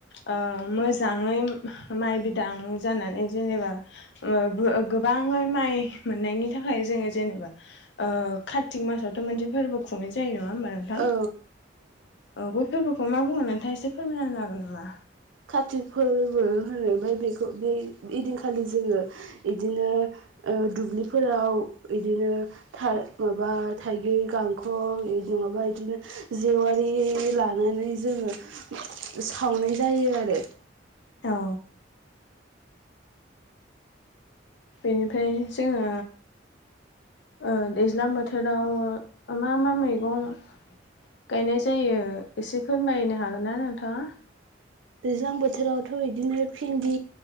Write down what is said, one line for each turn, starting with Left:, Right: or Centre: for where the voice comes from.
Left: ओ मोजाङै माइ बिदां जानानै जेनेबा ओ गो-गोबाङै माइ मोननायनि थाखाय जोङो जेनेबा ओ कार्तिक मासावथ' मोनसे फोरबो खुंनाय जायो नङा होमबा नोंथां
Right: औ
Left: औ बै फोरबोखौ बेखौ मा बुङो नोंथाङा एसे फोरमायना होनो हागोन नामा?
Right: कारतिक फोरबोबो होनो ओमफ्राय बेखौ बे इदिनखालि जोङो इदिनो ओ दुब्लिफोराव इदिनो थाइ माबा थाइगिर गांखं नोङा इदिनो जेवारि लानानै जोङो साव नाय जायो आरो
Left: औ बेनिफ्राय जोङो ओ दैज्लां बोथोराव मा मा मैगं गायनाय जायो एसे फोरमायनो हागोन ना नोंथाङा?
Right: दैज्लां बोथोरावथ' इदिनो फिन्दि